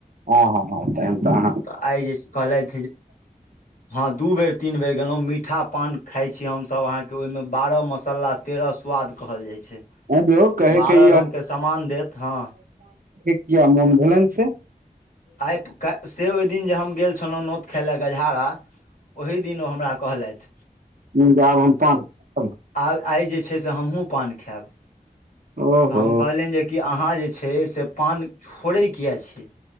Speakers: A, on the right; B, on the left.
A: आ ह हा तहन त आहां
B: तऽ आइ जे कहलैथ ह दू बेर तीन बेर गेलों मीठा पान खाय छी हम सब अहा के ओहि में बारह मसाला तेरह स्वाद कहल जाइ छै
A: आँय यौ कहैके
B: बारह
A: ई
B: रंगके समान देत हँ
A: किया मन भेलन छै
B: आइ से ओहि दिन जे हम गेल छलहुँ नोत खाय लए गजहारा ओही दिन ओ हमरा कहलैथ
A: न आब हम पान देब।
B: आ आय जे छै से हमहु पान खायब तऽ
A: ओहो
B: हम कहलियनि कि अहाँ जे छै से पान छोड़े किया छी